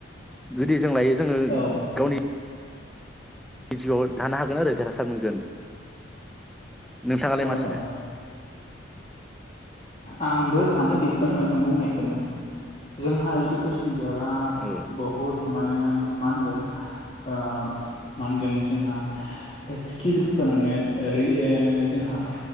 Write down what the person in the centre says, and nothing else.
जुदि जों दायो जोंङो
गावनि बि जिउआव दानो हागोन ओरो देरहासार मोनगोन नोंथाङालाय
मा सानो
औ